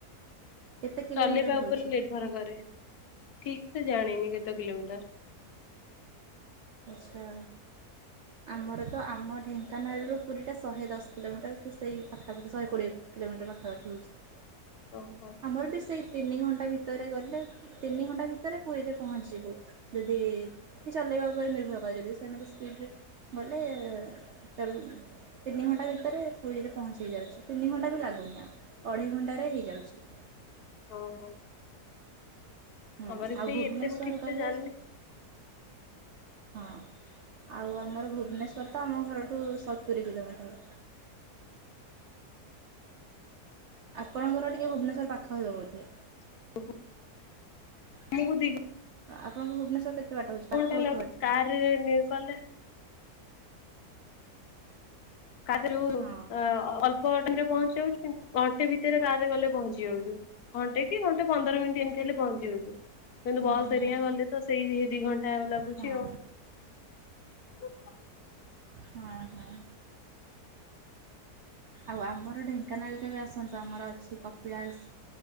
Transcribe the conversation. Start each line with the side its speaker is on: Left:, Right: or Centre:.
Right: କେତେ କିଲୋମିଟର
Left: ଚାଲିବା
Right: ହେଉଛି?
Left: ଉପରେ ନିର୍ଭର କରେ। ଠିକ ସେ ଜାଣିନି କେତେ କିଲୋମିଟର?
Right: ଆଚ୍ଛା। ଆମର ତ ଆମ ଢେଙ୍କାନାଳରୁ ପୁରୀଟା ଶହେ ଦଶ କିଲୋମିଟର, ତ ସେଇ ପାଖାପାଖି ଶହେ କୋଡ଼ିଏ କିଲୋମିଟର ପାଖାପାଖି ହଉଛି।
Left: ହଉ ହଉ।
Right: ଆମର ବି ସେଇ ତିନି ଘଣ୍ଟା ଭିତରେ ଗଲେ, ତିନି ଘଣ୍ଟା ଭିତରେ ପୁରୀରେ ପହଞ୍ଚିଯିବୁ। ଯଦି କିଏ ଚଲେଇବାକୁ ଉପରେ ନିର୍ଭର କରାଯାଏ। ଯଦି ସେମାନେ ସ୍ପିଡ଼ରେ ଗଲେ ଏ ଚଲେ ତିନି ଘଣ୍ଟା ଭିତରେ ପୁରୀରେ ପହଞ୍ଚି ଯାଉଛି। ତିନି ଘଣ୍ଟା ବି ଲାଗୁନି ଆମକୁ। ଅଢ଼େଇ ଘଣ୍ଟାରେ ହେଇଯାଉଛି।
Left: ଓହୋ।
Right: ହୁଁ
Left: ଆମରି
Right: ଆଉ
Left: ସେଇ
Right: ଭୁବନେଶ୍ୱର
Left: ଏତେ ମୁଁ ଠିକସେ
Right: ଗଲେ
Left: ଜାଣିନି
Right: ହଁ। ଆଉ ଆମର ଭୁବନେଶ୍ୱର ତ ଆମ ଘରଠୁ ସତୁରି କିଲୋମିଟର। ଆପଣଙ୍କର ଟିକେ ଭୁବନେଶ୍ୱର ପାଖ ହେବ ବୋଧେ?
Left: <unintelligible>
Right: ହ
Left: ଆମକୁ ଦି ଘ
Right: ଆପଣଙ୍କୁ ଭୁବନେଶ୍ୱର କେତେ ବାଟ ହେଉଛି ପାଖ
Left: କଣଟା
Right: ହେଉଥିବ
Left: ହେଲା ଗୋଟେ
Right: ଟିକେ
Left: କାରରେ ନେଇଗଲେ କାଧିରୁ ଉ
Right: ହଁ
Left: ଅ-ଅଳ୍ପ ଟାଇମରେ ପହଞ୍ଚି ଯାଉଛୁ କିନ୍ତୁ ଘଣ୍ଟେ ଭିତରେ କାର୍ ରେ ଗଲେ ପହଞ୍ଚି ଯାଉଛୁ। ଘଣ୍ଟେ କି ଘଣ୍ଟେ ପନ୍ଦର ମିଣ୍ଟି ଏମତି ହେଲେ ପହଞ୍ଚି ଯାଉଛୁ। କିନ୍ତୁ
Right: ହୁଁ
Left: ବସ
Right: ହୁଁ
Left: ହେରିକା ଗଲେ ତ ସେଇ ହି ଦି ଘଣ୍ଟା ଲାଗୁଛି
Right: ହଁ
Left: ଆଉ। ହଁ
Right: ହଁ ହଁ। ଆଉ ଆମର ଢେଙ୍କାନାଳ କେବେ ଆସନ୍ତୁ? ଆମର ଅଛି କପିଳାସ